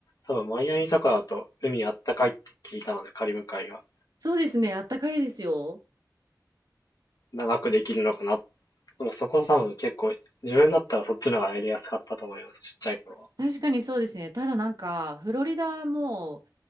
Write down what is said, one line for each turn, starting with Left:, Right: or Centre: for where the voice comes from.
Left: 多分マイアミとかだと海あったかいって聞いたので、カリブ海が
Right: そうですね。あったかいですよ。
Left: 長くできるのかな。でもそこ多分結構、自分だったらそっちの方がやりやすかったと思います、ちっちゃい頃
Right: 確かにそうですね。ただなんか、フロリダも